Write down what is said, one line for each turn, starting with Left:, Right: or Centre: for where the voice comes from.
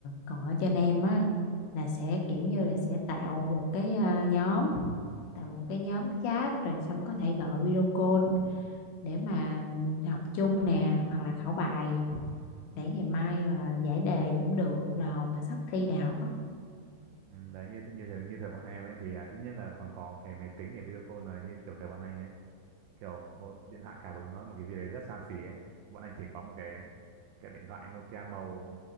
Left: còn ở trên em á là sẽ kiểu như là sẽ tạo một cái ờ, nhóm tạo một cái nhóm chat rồi xong có thể gọi video call để mà học chung nè hoặc là khảo bài để ngày mai mà giải đề cũng được là hồi mà sắp thi đại học á
Right: Ừ, đấy như th- như thế như thời bọn em ấy thì à, ít nhất là còn có cái máy tính để video call rồi như kiểu thời bọn anh ấy kiểu hồi- điện thoại cả vừa nói một cái gì đấy rất xa xỉ ấy bọn anh chỉ có một cái cái điện thoại Nokia màu